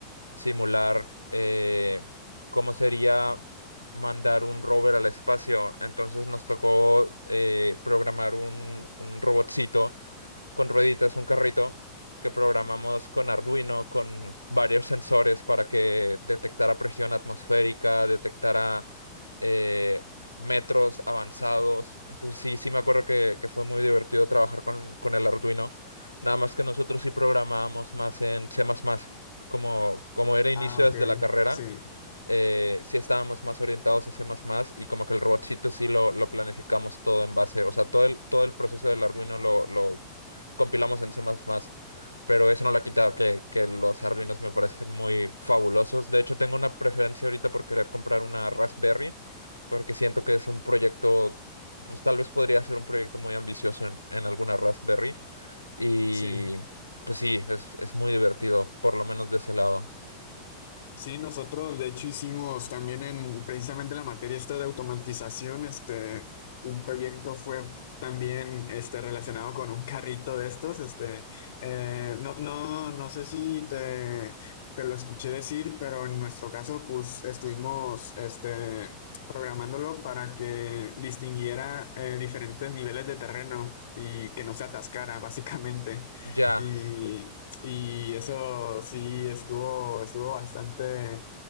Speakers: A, on the left (about 90°); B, on the left (about 60°).
A: simular eh, cómo sería mandar un rover al espacio. Entonces nos tocó eh, programar un, un robotcito con rueditas, un carrito que programamos con Arduino, con varios sensores para que detectara presión atmosférica, detectara eh, metros avanzados. Entonces sí, sí me acuerdo que, que fue muy divertido trabajar con, con el Arduino. Nada más que nosotros sí programábamos más en C++. Como, como era inicio
B: Ah, ok,
A: desde la carrera,
B: sí,
A: eh, sí estábamos más orientados a C++ y como que el robotcito sí lo, lo planificamos todo en base, o sea, todo el, todo el proceso del Arduino lo, lo compilamos en C++, pero eso no lo ha quitado, que, que los Arduinos me parecen muy fabulosos. De hecho, tengo una preferencia ahorita por querer comprar una Raspberry, porque siento que es un proyecto, pues tal vez podría ser un proyecto muy ambicioso en, en alguna Raspberry y
B: sí.
A: pues sí, es, es muy divertido, por lo menos de ese lado.
B: Sí, nosotros de hecho hicimos también en precisamente la materia esta de automatización, este, un proyecto fue también este, relacionado con un carrito de estos, este, eh, no, no, no sé si te, te lo escuché decir, pero en nuestro caso pues estuvimos este, programándolo para que distinguiera eh, diferentes niveles de terreno y que no se atascara básicamente.
A: Ya,
B: Y, y eso sí estuvo, estuvo bastante